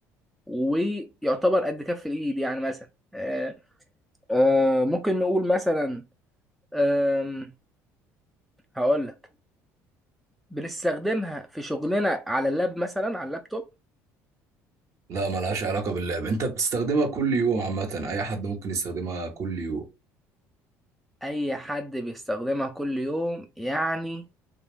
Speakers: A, in the centre; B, on the right.
A: ويعتبر قد كف الايد يعني مثلا آه، آه، ممكن نقول مثلا آم، هقول لك بنستخدمها في شغلنا على اللاب مثلا على اللابتوب
B: لا ما لهاش علاقة باللعب انت بتستخدمها كل يوم عامة اي حد ممكن يستخدمها كل يوم
A: اي حد بيستخدمها كل يوم يعني